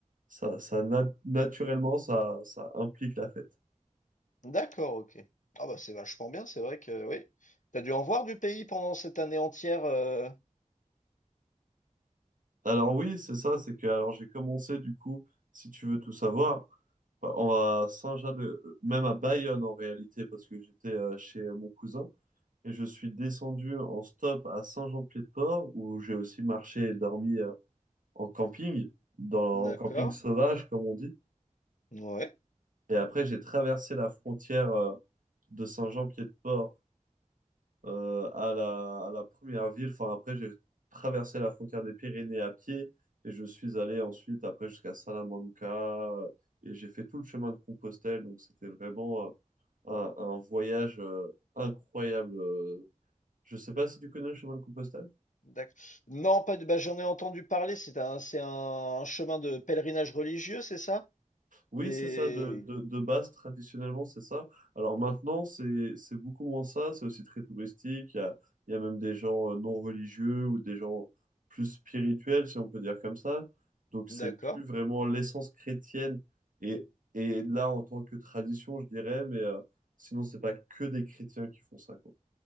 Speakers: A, on the right; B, on the left.
A: ça, ça nat- naturellement, ça, ça implique la fête.
B: d'accord, ok. Ah bah c'est vachement bien, c'est vrai que oui. T'as dû en voir du pays pendant cette année entière. euh,
A: Alors oui, c'est ça, c'est que alors j'ai commencé du coup, si tu veux tout savoir, en- à Saint-Jean de, même à Bayonne en réalité, parce que j'étais euh, chez euh, mon cousin et je suis descendu en stop à Saint-Jean-de-Pied-de-Port où j'ai aussi marché et dormi euh, en camping, dans
B: D'accord,
A: en camping sauvage comme on dit.
B: ouais.
A: Et après, j'ai traversé la frontière euh, de Saint-Jean-Pied-de-Port euh, à la, à la première ville. Enfin, après, j'ai traversé la frontière des Pyrénées à pied et je suis allé ensuite, après, jusqu'à Salamanca euh, et j'ai fait tout le chemin de Compostelle. Donc, c'était vraiment euh, un, un voyage euh, incroyable. Euh, Je sais pas si tu connais le chemin de Compostelle.
B: D'ac- Non, pas de. Bah, j'en ai entendu parler. C'est un, c'est un chemin de pèlerinage religieux, c'est ça?
A: Oui,
B: Qui est-
A: c'est ça, de, de, de base, traditionnellement, c'est ça. Alors maintenant, c'est, c'est beaucoup moins ça, c'est aussi très touristique. Il y a, il y a même des gens euh, non religieux ou des gens plus spirituels, si on peut dire comme ça. Donc c'est
B: D'accord,
A: plus vraiment l'essence chrétienne. Et, et là, en tant que tradition, je dirais, mais euh, sinon, c'est pas que des chrétiens qui font ça, quoi.